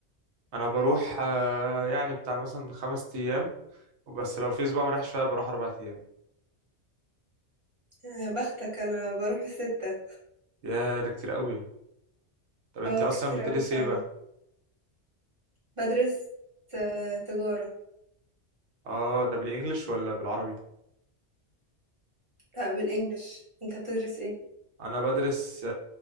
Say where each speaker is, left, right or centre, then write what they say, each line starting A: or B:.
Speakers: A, on the right; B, on the right.
A: انا بروح آه، يعني بتاع مثلا خمس ايام وبس لو في اسبوع مريح شويه بروح اربع ايام
B: آه، بختك انا بروح الستة
A: يا ده كتير قوي طب انت
B: اه
A: اصلا
B: كتير
A: بتدرسي
B: قوي فعلا
A: ايه بقى
B: بدرس آه، تجاره
A: اه ده بالانجلش ولا بالعربي
B: لا بالانجلش انت بتدرس ايه
A: انا بدرس